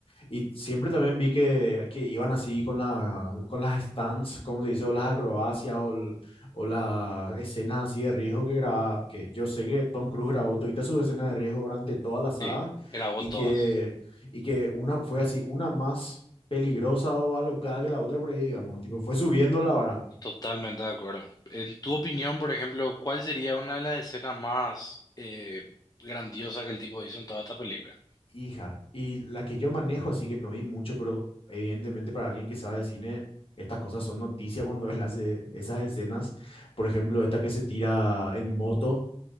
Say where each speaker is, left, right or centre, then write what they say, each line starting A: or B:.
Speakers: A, on the left; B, on the left.
A: Y siempre también vi que, que iban así con la, con las stunts, como se dice, o las acrobacias, o, el- o las escenas así de riesgo que grababa, que yo sé que Tom Cruise grabó todas sus escenas de riesgo durante toda la saga,
B: sí, grabó
A: y
B: todas,
A: que, y que una fue así, una más peligrosa o alocada que la otra por ahí, digamos, tipo, fue subiendo la vara.
B: Totalmente de acuerdo. En tu opinión, por ejemplo, ¿cuál sería una de las escenas más eh, grandiosas que el tipo hizo en toda esta película?
A: Hija, y la que yo manejo, así que no vi mucho, pero evidentemente para alguien que sabe de cine, estas cosas son noticia cuando <laughs> él hace esas escenas. Por ejemplo, esta que se tira en moto